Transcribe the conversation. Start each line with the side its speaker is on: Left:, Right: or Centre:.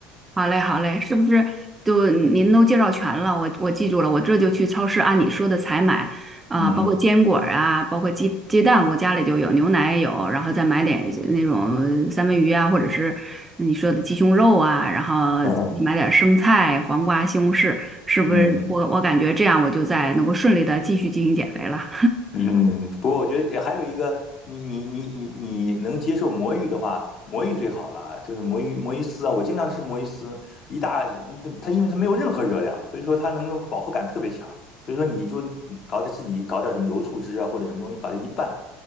Right: 好嘞，好嘞，是不是都您都介绍全了？我我记住了，我这就去超市按你说的采买啊、
Left: 嗯哼，
Right: 包括坚果儿啊，包括鸡鸡蛋，我家里就有，牛奶也有，然后再买点那种三文鱼啊，或者是你说的鸡胸肉啊，然后买点生菜、
Left: 嗯哼，
Right: 黄瓜、西红柿，是不是我？
Left: 嗯。
Right: 我感觉这样我就在能够顺利的继续进行减肥了。
Left: 嗯，不过我觉得也还有一个，你你你你你能接受魔芋的话，魔芋最好了，就是魔芋魔芋丝啊，我经常吃魔芋丝，一大嗯它因为它没有任何热量，所以说它能够饱腹感特别强，所以说你就搞点自己搞点什么油醋汁啊或者什么东西，把它一拌，